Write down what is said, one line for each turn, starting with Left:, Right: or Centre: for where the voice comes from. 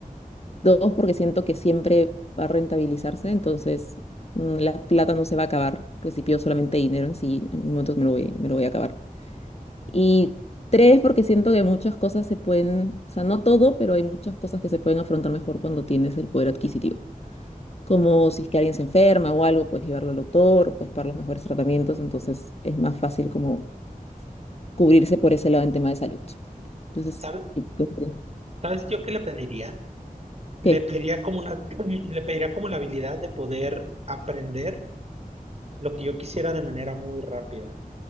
Left: Dos, porque siento que siempre va a rentabilizarse, entonces mm, la plata no se va a acabar, porque si pido solamente dinero en sí, en momentos me lo voy, me lo voy a acabar. Y tres, porque siento que muchas cosas se pueden, o sea, no todo, pero hay muchas cosas que se pueden afrontar mejor cuando tienes el poder adquisitivo. Como si es que alguien se enferma o algo, puedes llevarlo al doctor, puedes pagar los mejores tratamientos, entonces es más fácil como cubrirse por ese lado en tema de salud. Entonces,
Right: ¿Sabe-
Left: sí, pues, eh,
Right: ¿Sabes yo qué le pediría? Le
Left: ¿qué?
Right: pediría como una, <clears throat> le pediría como la habilidad de poder aprender lo que yo quisiera de manera muy rápida.